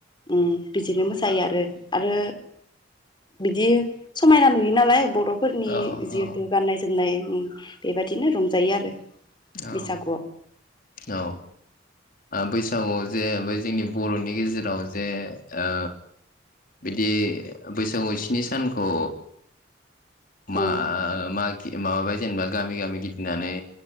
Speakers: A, on the left; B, on the left.
A: अम बिदिनो मोसायो आरो आरो बिदि समायना नुयो नालाय बर' फोरनि
B: औ
A: जिहेथु
B: औ
A: गाननाय जोमनाय ओम बेबायदिनो रंजायो आरो।
B: औ
A: बैसागुआव
B: औ ओ बै औ जे बै जोंनि बर'नि गेजेराव जे ओ बिदि बैसागु स्नि सानखौ मा
A: औ
B: मा दि माबाबाय जेनेबा गामि-गामि गिदिंनानै